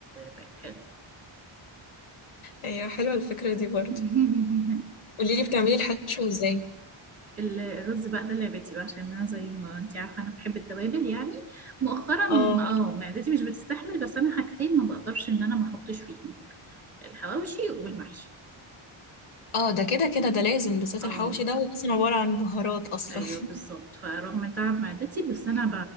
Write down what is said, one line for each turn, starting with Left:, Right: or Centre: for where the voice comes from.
Right: بقت حلوة
Left: ايوه حلوة الفكرة دي برضه
Right: <laughs>
Left: قولي لي بتعملي الحشو ازاي
Right: ال- الرز بقى ده لعبتي بقى عشان انا زي ما انت عارفه انا بحب التوابل يعني مؤخرا
Left: اه
Right: اه معدتي مش بتستحمل بس انا حاجتين ما بقدرش ان انا ما احطش فيهم الحواوشي والمحشي
Left: اه ده كده كده ده لازم بالذات
Right: اه
Left: الحواوشي ده هو اصلا عبارة عن بهارات اصلا
Right: ايوه
Left: <laughs>
Right: بالظبط فرغم تعب معدتي بس انا ب...